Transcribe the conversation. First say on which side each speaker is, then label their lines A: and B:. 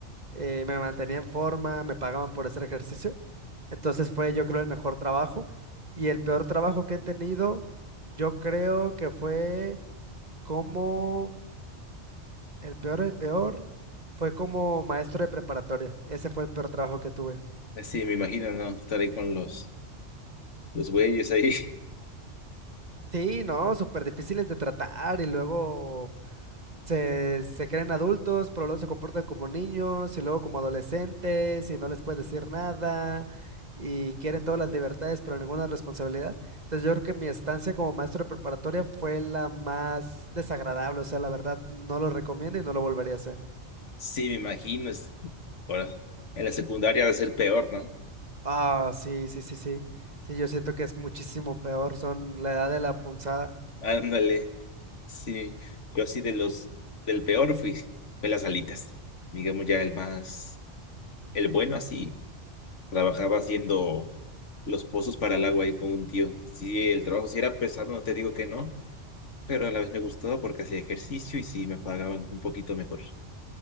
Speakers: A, on the right (about 35°); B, on the left (about 85°).
A: eh, me mantenía en forma, me pagaban por hacer ejercicio. Entonces fue, yo creo, el mejor trabajo. Y el peor trabajo que he tenido, yo creo que fue como, el peor, el peor, fue como maestro de preparatoria. Ese fue el peor trabajo que tuve.
B: Así me imagino, ¿no? Estar ahí con los, los güeyes ahí
A: Sí, no, súper difíciles de tratar y luego... se, se creen adultos, pero luego se comportan como niños y luego como adolescentes y no les puedes decir nada y quieren todas las libertades, pero ninguna responsabilidad. Entonces yo creo que mi estancia como maestro de preparatoria fue la más desagradable, o sea, la verdad no lo recomiendo y no lo volvería a hacer.
B: Sí, me imagino. es- Ahora, en la secundaria va a ser peor, ¿no?
A: Ah, sí, sí, sí, sí. Sí, yo siento que es muchísimo peor, son la edad de la punzada.
B: Ándale. Sí, yo así de los del peor fui, fue las alitas. Digamos ya el más, el bueno así, trabajaba haciendo los pozos para el agua ahí con un tío. Sí, el trabajo sí era pesado, no te digo que no, pero a la vez me gustaba porque hacía ejercicio y sí me pagaban un poquito mejor.